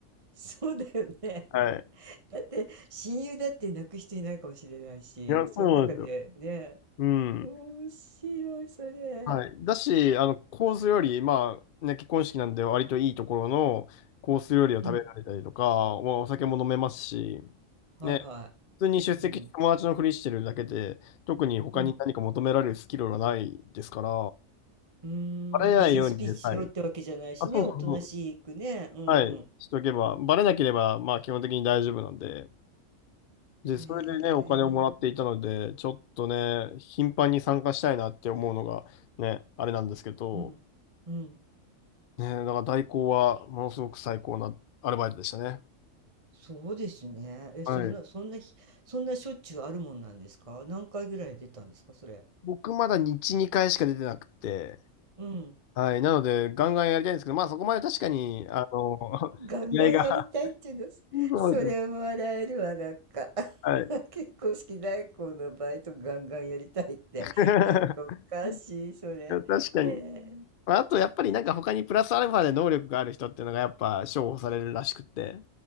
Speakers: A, on the right; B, on the left.
A: そうだよね。
B: はい。
A: だって親友だって泣く人いないかもしれないし、
B: いや、
A: その中でね、
B: そうなんですよ。うん。
A: 面白い、それ。
B: はい。だし、あの、コース料理、まあ、ね、結婚式なんで割といいところのコース料理を食べられたりとか、
A: うん。
B: まあ、お酒も飲めますし、
A: はいは
B: ね、普通に出席して友達のふりしてるだけで、
A: い。うん。
B: 特に他に何か求められるスキルはないですから、
A: うん。うーん。
B: バレないようにね、
A: 別にスピーチしろってわけじゃないしね。
B: はい。あ、そうそうそう。
A: おとなしくね。うん。
B: はい。しておけば、バレなければ、まあ基本的に大丈夫なんで、で、
A: へえ。
B: それでね、お金をもらっていたので、ちょっとね、頻繁に参加したいなって思うのが、ね、あれなんですけど、
A: うん。うん。
B: ねえ、だから代行はものすごく最高なアルバイトでしたね。
A: そうですね。え、
B: はい。
A: それな、そんなひ、そんなしょっちゅうあるもんなんですか何回ぐらい出たんですかそれ。
B: 僕まだ日2回しか出てなくて、
A: うん。
B: はい。なので、ガンガンやりたいんですけど、まあそこまで確かに、あの、<laughs>
A: ガンガンやりたいっていうの、
B: 気合が、そうですね。
A: それも笑えるわ、なんか。<laughs>
B: はい。
A: 結婚式代行のバイトガンガンやりたいって、
B: <laughs>
A: なんかおかしい、それ。
B: いや確かに。
A: へえ。
B: まああと、やっぱりなんか他にプラスアルファで能力がある人っていうのがやっぱ重宝されるらしくて、